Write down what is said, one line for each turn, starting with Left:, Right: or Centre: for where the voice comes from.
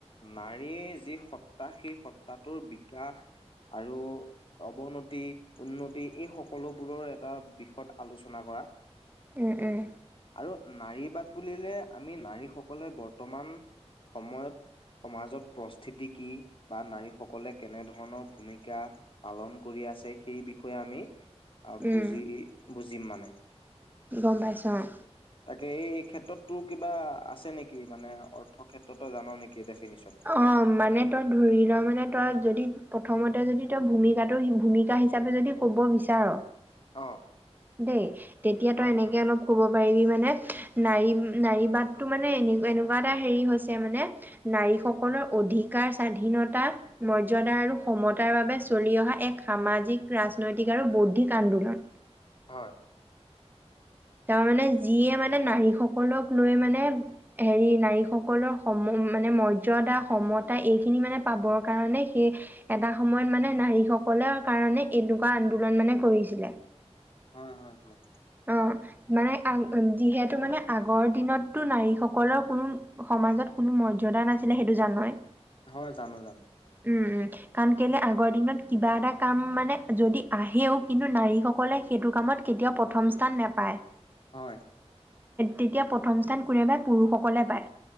Left: নাৰীৰ যি সত্তা সেই সত্তাটোৰ বিকাশ আৰু অৱনতি উন্নতি এই সকলোবোৰৰ এটা বিষয়ত আলোচনা কৰা।
Right: উম উম
Left: আৰু নাৰী বাদ বুলিলে আমি নাৰীসকলে বৰ্তমান সময়ত সমাজত প্ৰস্থিতি কি বা নাৰীসকলে কেনেধৰণৰ ভূমিকা পালন কৰি আছে। সেই বিষয়ে আমি আৰু
Right: উম
Left: বুজি বুজিম মানে।
Right: গম পাইছোঁ অঁ।
Left: তাকে এই ক্ষেত্ৰততো কিবা আছে নেকি মানে অৰ্থ ক্ষেত্ৰতো জান নেকি? ডেফিনিচন
Right: অঁ মানে তই, ধৰি ল, মানে তই যদি, প্ৰথমতে যদি, তই, ভূমিকাটো ভূমিকা হিচা চাপে যদি ক'ব বিচাৰ,
Left: অ
Right: দেই, তেতিয়া
Left: হয়
Right: তই এনেকে অলপ ক'ব পাৰিবি মানে, নাৰী, নাৰীবাদটো মানে, এনে, এনেকুৱা এটা হেৰি হৈছে মানে, নাৰী সকলৰ অধিকাৰ, স্বাধীনতা, মৰ্যাদা, আৰু সমতাৰ বাবে চলি অহা, এক সামাজিক, ৰাজনৈতিক আৰু বৌদ্ধিক আন্দোলন
Left: হয়।
Right: তাৰ মানে, যিয়ে মানে, নাৰী সকলক লৈ মানে‌ মানে, হেৰি, নাৰী সক সকলৰ সম, মানে মৰ্যদা, সমতা, ‌ এইখিনি মানে পাবৰ কাৰণে, সেই এটা সময়ত মানে, নাৰীসকলৰ কাৰণে এনেকুৱা আন্দোলন মানে কৰিছিলে
Left: হয় হয় হয়।
Right: অঁ মানে অঁ উম যিহেতু মানে, আগৰ দিনত তো, নাৰীসকলৰ কোনো সমাজত কোনো মৰ্যদা নাছিলে সেইটো জান‌ই
Left: হয়, জানো! জানো!
Right: উ! উ! কাৰণ কেলে, আগৰ দিনত কিবা এটা কাম মানে যদি আহেও, কিন্তু নাৰীসকলে সেইটো কামত কেতিয়াও প্ৰথম স্থান নেপায়
Left: হয়!
Right: তেতিয়া প্ৰথম স্থান কোনেবাই পুৰুষসকলে পায়।